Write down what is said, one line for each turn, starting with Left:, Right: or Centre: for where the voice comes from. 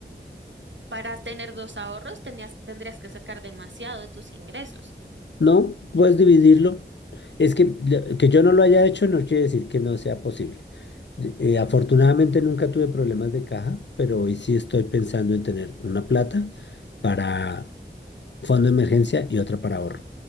Right: para tener dos ahorros tenías, tendrías que sacar demasiado de tus ingresos.
Left: No, puedes dividirlo. Es que, lo- que yo no lo haya hecho no quiere decir que no sea posible. De- eh, afortunadamente nunca tuve problemas de caja, pero hoy sí estoy pensando en tener una plata para fondo de emergencia y otra para ahorro.